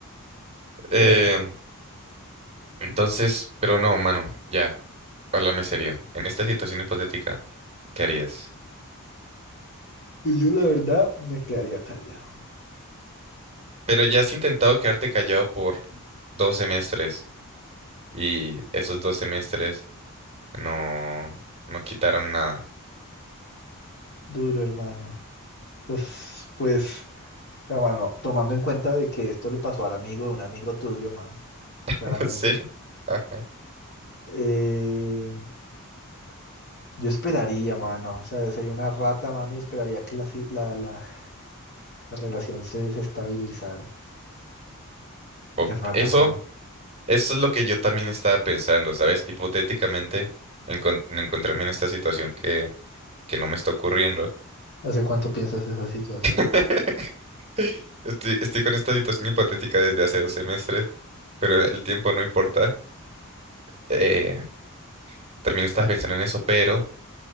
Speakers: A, on the right; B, on the left.
A: Eh,
B: Ya,
A: entonces, pero no, mano, ya, háblame serio. En esta situación hipotética, ¿qué harías?
B: pues yo la verdad me quedaría callado.
A: Pero ya has intentado quedarte callado por dos semestres y esos dos semestres no, no quitaron nada.
B: Duro, hermano. Entonces, pues, o sea, mano, tomando en cuenta de que esto le pasó al amigo de un amigo tuyo, mano,
A: <laughs>
B: claramente,
A: Sí. Ajá.
B: eh, yo esperaría, mano, o sea, sería una rata, mano, y esperaría que la, si- la, la, la relación se desestabilizara.
A: O
B: Qué rata
A: eso.
B: soy.
A: Eso es lo que yo también estaba pensando, ¿sabes? Hipotéticamente, encon- encontrarme en esta situación que, que no me está ocurriendo.
B: ¿Hace cuánto piensas esa situación?
A: <laughs> Estoy, estoy con esta situación hipotética desde hace dos semestres, pero el tiempo no importa. Eh, también estaba pensando en eso, pero